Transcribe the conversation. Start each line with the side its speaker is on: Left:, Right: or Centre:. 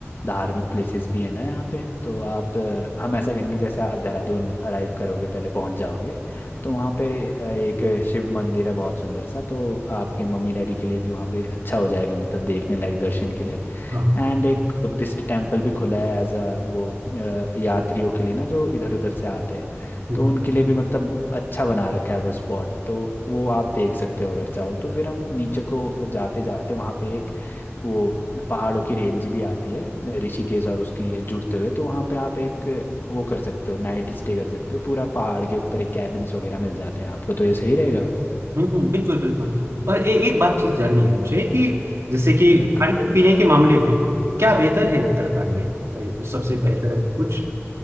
Left: धार्मिक प्लेसेस भी हैं ना यहाँ पे तो आप अ, हम ऐसा करेंगे जैसे आप देहरादून अराइव करोगे पहले पहुँच जाओगे तो वहाँ पे अ, एक शिव मंदिर है बहुत सुंदर सा तो आपके मम्मी डैडी के लिए भी वहाँ पे अच्छा हो जाएगा मतलब देखने लायक दर्शन के लिए
Right: हाँ
Left: एंड
Right: हाँ
Left: एक बुद्धिस्ट टेम्पल भी खुला है एज अ वो अ, यात्रियों के लिए ना जो इधर उधर से आते हैं
Right: हाँ
Left: तो उनके लिए भी मतलब अच्छा बना रखा है वो स्पॉट तो वो आप देख सकते हो अगर चाहो तो फिर हम नीचे को जाते जाते वहाँ पे एक वो पहाड़ों की रेंज भी आती है ऋषिकेश और उसकी जुड़ते हुए तो वहाँ पे आप एक वो कर सकते हो नाइट स्टे कर सकते हो पूरा पहाड़ के ऊपर एक कैबिन्स वगैरह मिल जाते हैं आपको तो ये सही रहेगा
Right: हम्म हम्म, बिल्कुल बिल्कुल और ए, एक बात चीज जाननी है मुझे कि जैसे कि
Left: बिल्कुल
Right: खाने पीने के मामले में क्या बेहतर है उत्तराखंड में ए, सबसे बेहतर है तो कुछ